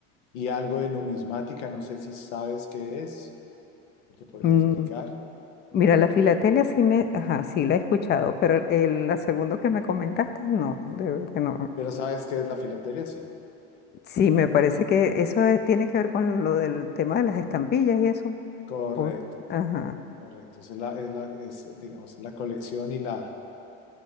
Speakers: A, on the left (about 80°); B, on the left (about 30°).
A: y algo de numismática. No sé si sabes qué es, te podría
B: Mm,
A: explicar,
B: Mira, la filatelia sí me, ajá, sí la he escuchado, pero el, la segunda que me comentaste, no, de verdad que no.
A: pero sabes qué es la filatelia, sí.
B: Sí, me parece que eso es- tiene que ver con lo del tema de las estampillas y eso.
A: Correcto.
B: O- ajá.
A: Correcto, es la, es la, es, digamos, la colección y la,